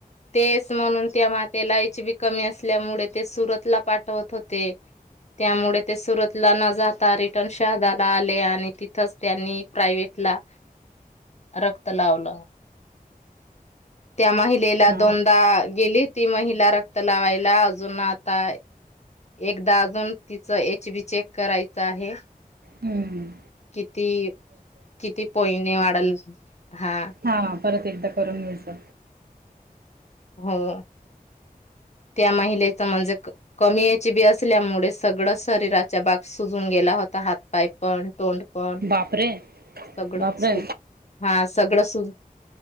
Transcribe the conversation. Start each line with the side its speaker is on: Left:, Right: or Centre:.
Left: तेच म्हणून त्या मात एच बी कमी असल्यामुळे ते सुरतला पाठवत होते त्यामुळे ते सुरत त न जाता रिटर्न शहानाला आले आणि तिथ तिथंच त्यांनी प्रायव्हेटला रक्त लावलं. त्या महिलेला
Right: हा
Left: दोनदा गेली ती महिला रक्त लावायला अजून आता एकदा अजून तिचं एच बी चेक करायच आहे.
Right: हम्.
Left: किती किती पॉईंटने वाढल हा.
Right: हा परत एकदा करून घ्यायचं.
Left: हो त्या महिलेच म्हणजे कमी एच बी असल्यामुळे सगळं शरीराच्या भाग सुजून गेला होता हात, पाय पण तोंड पण
Right: बापरे
Left: सगळं
Right: बापरे
Left: सु हा सगळं सुज